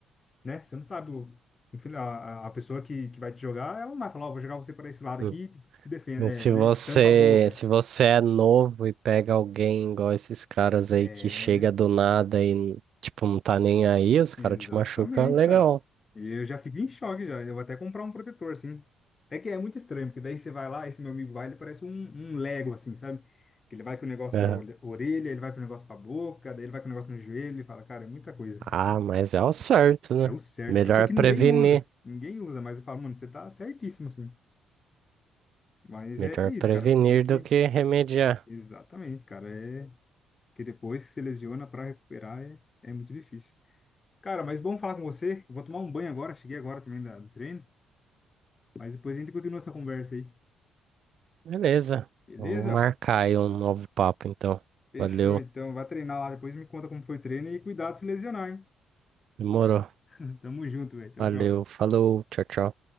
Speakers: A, on the left; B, on the right.
A: Né? Você não sabe. o- enfim, A, a a pessoa que, que vai te jogar, ela não vai falar, ó, vou jogar você para esse lado aqui,
B: Hum.
A: tipo, se defenda,
B: E
A: é,
B: se
A: né?
B: você,
A: Tampa a boca.
B: se você é novo e pega alguém igual esses caras aí
A: É
B: que chega do nada e, tipo, não tá nem aí, os
A: Exatamente,
B: caras te machucam, legal.
A: cara. E eu já fico em choque já. Eu vou até comprar um protetor, assim. É que é muito estranho, porque daí você vai lá, esse meu amigo vai, ele parece um, um Lego, assim, sabe? Que ele vai com o negócio
B: É.
A: pra olhe- orelha, ele vai com o negócio pra boca, daí ele vai com o negócio no joelho, ele fala, cara, é muita coisa.
B: Ah, mas é o certo, né?
A: É o certo,
B: Melhor
A: cara. Só que
B: prevenir.
A: ninguém usa. Ninguém usa, mas eu falo, mano, você tá certíssimo, assim. Mas
B: Melhor
A: é, é isso,
B: prevenir
A: cara. Tem que.
B: do que remediar.
A: Exatamente, cara. É que depois que se lesiona pra recuperar é, é muito difícil. Cara, mas bom falar com você. Eu Vou tomar um banho agora, cheguei agora também da- do treino. Mas depois a gente continua essa conversa aí.
B: Beleza.
A: Beleza?
B: Vamos marcar aí um novo papo, então.
A: Fechou,
B: Valeu.
A: então. Vai treinar lá. Depois me conta como foi o treino e cuidado de se lesionar, hein?
B: Demorou.
A: <laughs> Tamo junto, velho. Tchau,
B: Valeu.
A: tchau.
B: Falou. Tchau, tchau.